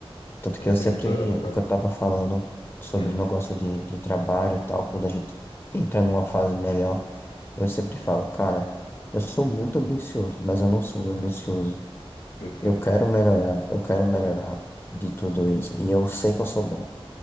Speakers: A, on the left; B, on the left.
A: Tanto
B: Mas
A: que eu
B: isso
A: sempre,
B: é muito legal, cara.
A: o que eu tava falando sobre
B: Hum,
A: o negócio de, de trabalho e tal, quando a gente entra numa fase melhor. Eu sempre falo, cara, eu sou muito ambicioso, mas eu não sou ganancioso.
B: perfeito,
A: Eu quero melhorar, eu quero melhorar de tudo isso. E eu sei que eu sou bom.